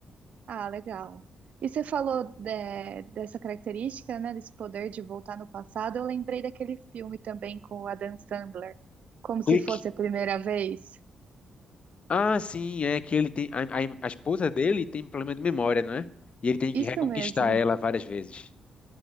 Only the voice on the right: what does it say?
Ah, legal. E você falou de- dessa característica, né, desse poder de voltar no passado. Eu lembrei daquele filme também com o Adam Sandler, como
se fosse a primeira vez.
Isso
mesmo,